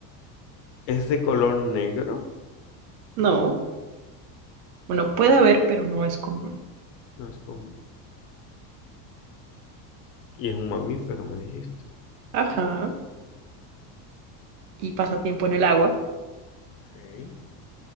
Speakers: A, on the left; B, on the right.
A: es de color negro?
B: no. Bueno, puede haber, pero no es común.
A: No es común. Y es un mamífero, me dijiste.
B: Ajá. ¿Y pasa tiempo en el agua?
A: Ok.